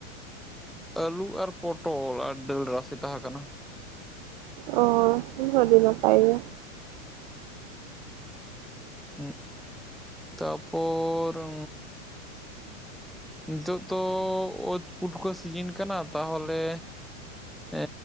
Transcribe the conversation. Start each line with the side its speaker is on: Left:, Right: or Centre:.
Centre: ᱟᱹᱞᱩ ᱟᱨ ᱯᱚᱴᱚᱞ ᱟᱨ ᱰᱟᱹᱞ ᱨᱟᱥᱮ ᱛᱟᱦᱮᱸ ᱠᱟᱱᱟ᱾
Right: ᱚ ᱚᱱᱟ ᱦᱚᱸ ᱟᱹᱰᱤ ᱱᱟᱯᱟᱭ ᱜᱮᱭᱟ᱾
Centre: ᱩᱜ ᱛᱟᱯᱚᱻᱨ ᱩᱻ ᱱᱤᱛᱚᱜ ᱫᱚ ᱚᱛ ᱯᱩᱴᱠᱟᱹ ᱥᱤᱡᱤᱱ ᱠᱟᱱᱟ ᱛᱟᱦᱚᱞᱮ ᱮᱻ